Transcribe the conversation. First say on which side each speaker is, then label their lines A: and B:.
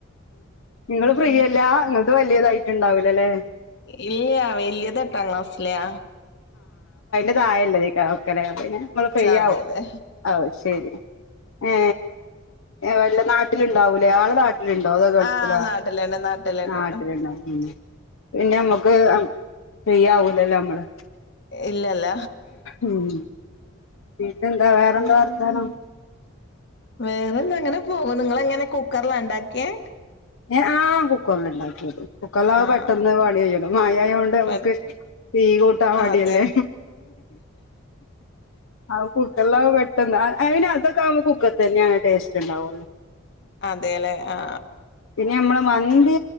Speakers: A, on the left; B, on the left.
A: നിങ്ങളുഫ്രീയല്ലാ,
B: അതെതെ
A: നിങ്ങൾക്ക് വല്യതായിട്ട്ണ്ടാവുവല്ലേയല്ലേ
B: ഇല്ല, വലിയതെട്ടാം ക്ലാസ്സിലാ
A: ഇതായല്ല നോക്ക പിന്നെ നമ്മള് ഫ്രീയാവും.
B: അതെ അതെ
A: ആം.. <inaudible> ശരി ഏ.. വല്ലനാട്ടിലുണ്ടാവൂലേ ആളുകള ഇതിലുണ്ടോയ തോ ഗൾഫിലോ.
B: ആഹ് നാട്ടിലുണ്ട് നാട്ടിലുണ്ട്
A: ആ ഇതിലുണ്ടാവും, പിന്നെ നമ്മ ചെയ്യവൂലല്ലോ നമ്മള്.
B: ഇല്ലല്ല
A: ഉം പിന്നെന്താ വേറെന്താ
B: മ്
A: വർത്താനം
B: വേറെന്താങ്ങനെപോവ്ണ് ങ്ങളെ ങ്ങനെ കുക്കറിലാണ്ടാക്കിയെ
A: എ ആ കുക്കർൽണ്ടാക്കിയെത് കുക്കറിലാ <unintelligible>
B: ആഹ്
A: പെട്ടെന്ന് പണികയ്‌യല്ലോ മയയൊണ്ട് മ്മക്ക്
B: പണി
A: തീകൂട്ടാമടിയല്ലേ
B: അതെ
A: അത് കുക്കറിലത്പെട്ടെന്ന് അയിന് അതൊക്കാവുമ്പോ കുക്കർ തന്നെയാണ് ടേസ്റ്റ്ണ്ടാവുള്ളു
B: അതെല്ലേ ആ
A: പിന്നെയമ്മള് മന്തി